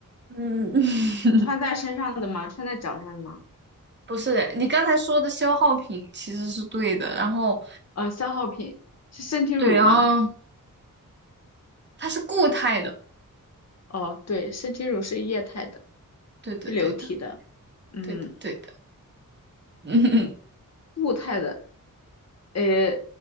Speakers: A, on the right; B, on the left.
A: 嗯，<laughs>
B: 穿在身上的吗？穿在脚上的吗？
A: 不是的你刚才说的消耗品其实是对的，然后
B: 呃，消耗品是身体乳吗？
A: 对，然后它是固态的，
B: 哦，对，身体乳是液态的，
A: 对的，
B: 是流体的，
A: 对的，
B: 嗯，
A: 对的，对的，<laughs> 嗯，
B: 固态的，呃